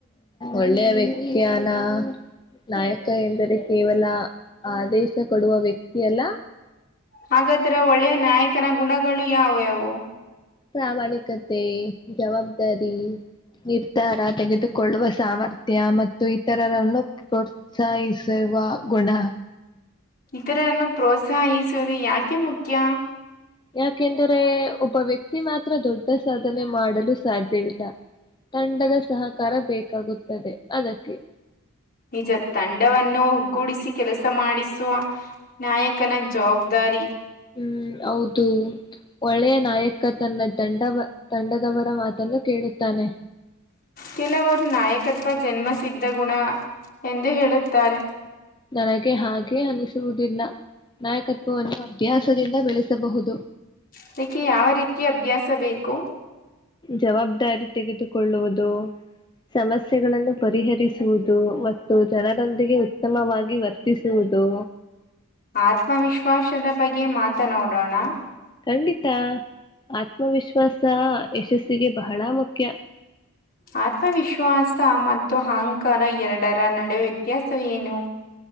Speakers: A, on the left; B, on the left.
A: ಒಳ್ಳೆಯ ವ್ಯಕ್ತಿಯಾನ. ನಾಯಕ ಎಂದರೆ ಕೇವಲ ಆದೇಶ ಕೊಡುವ ವ್ಯಕ್ತಿ ಅಲ್ಲ.
B: ಹಾಗಾದ್ರೆ ಒಳ್ಳೆಯ ನಾಯಕನ ಗುಣಗಳು ಯಾವವು ಯಾವವು.
A: ಪ್ರಾಮಾಣಿಕತೆ ಜವಾಬ್ದಾರಿ. ನಿರ್ಧಾರ ತೆಗೆದುಕೊಳ್ಳುವ ಸಾಮರ್ಥ್ಯ ಮತ್ತು ಇತರರನ್ನು. ಪ್ರೊತ್ಸಸುವ ಗುಣ.
B: ಇತರನ್ನು ಪ್ರೋತ್ಸಾಹಿಸುವುದು ಯಾಕೆ ಮುಖ್ಯ.
A: ಯಾಕೆಂದರೆ ಒಬ್ಬ ವ್ಯಕ್ತಿ ಮಾತ್ರ ದೊಡ್ಡ ಸಾಧನೆ ಮಾಡಲು ಸಾಧ್ಯವಿಲ್ಲ. ತಂಡದ ಸಹಕಾರ ಬೇಕಾಗುತ್ತದೆ ಅದಕ್ಕೆ.
B: ನಿಜ ತಂಡವನ್ನು ಒಗ್ಗೂಡಿಸಿ ಕೆಲಸ ಮಾಡಿಸುವ. ನಾಯಕನ ಜವಾಬ್ದಾರಿ.
A: ಹ್ಮ್ ಹೌದು. ಒಳ್ಳೆಯ ನಾಯಕ ತನ್ನ ತಂಡ ತಂಡದವರ ಮಾತನ್ನು ಕೇಳುತ್ತಾನೆ.
B: ಕೆಲವರು ನಾಯಕತ್ವ ಜನ್ಮ ಸಿದ್ದಗುಣ ಎಂದು ಹೇಳುತ್ತಾರೆ..
A: ನನಗೆ ಹಾಗೆ ಅನಿಸುವುದಿಲ್ಲ, ನಾಯಕತ್ವವನ್ನು ಅಭ್ಯಾಸದಿಂದ ಬೆಳೆಸಬಹುದು.
B: ಅದಕ್ಕೆ ಯಾವ ರೀತಿ ಅಭ್ಯಾಸಬೇಕು.
A: ಜವಾಬ್ದಾರಿ ತೆಗೆದುಕೊಳ್ಳುವುದು. ಸಮಸ್ಯೆಗಳನ್ನು ಪರಿಹರಿಸುವುದು ಮತ್ತು ಜನರೊಂದಿಗೆ. ಉತ್ತಮವಾಗಿ ವರ್ತಿಸುವುದು.
B: ಆತ್ಮವಿಶ್ವಾಸದ ಬಗ್ಗೆ ಮಾತನಾಡೋಣ.
A: ಖಂಡಿತ ಆತ್ಮವಿಶ್ವಾಸ ಯಶಸ್ಸಿಗೆ ಬಹಳ ಮುಖ್ಯ..
B: ಆತ್ಮವಿಶ್ವಾಸ ಮತ್ತು ಅಹಂಕಾರ ಎರಡರ ನಡುವೆ ವ್ಯತ್ಯಾಸ ಏನು?